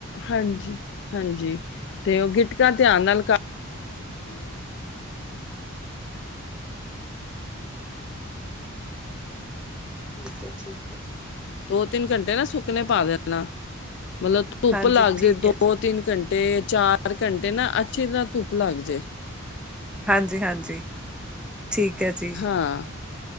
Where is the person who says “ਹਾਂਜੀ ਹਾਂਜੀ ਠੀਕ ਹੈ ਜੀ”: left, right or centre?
Centre